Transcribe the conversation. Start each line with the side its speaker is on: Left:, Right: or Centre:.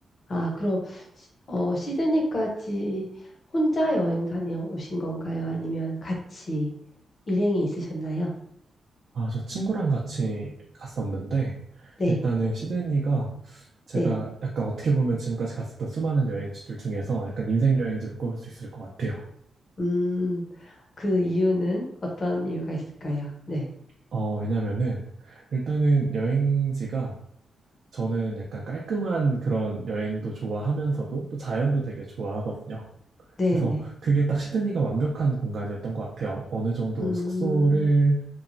Left: 아, 그럼, 시- 어, 시드니까지 혼자 여행 다녀오신 건가요? 아니면 같이 일행이 있으셨나요?
Right: 아, 저 친구랑 같이 갔었는데,
Left: 네,
Right: 일단은 시드니가 제가
Left: 네.
Right: 약간 어떻게 보면 지금까지 갔었던 수많은 여행지들 중에서 약간 인생 여행지로 꼽을 수 있을 것 같아요.
Left: 음, 그 이유는 어떤 이유가 있을까요? 네,
Right: 어, 왜냐면은 일단은 여행지가 저는 약간 깔끔한 그런 여행도 좋아하면서도 또 자연도 되게 좋아하거든요.
Left: 네,
Right: 그래서
Left: 네.
Right: 그게 딱 시드니가 완벽한 공간이었던 것 같아요. 어느 정도
Left: 음,
Right: 숙소를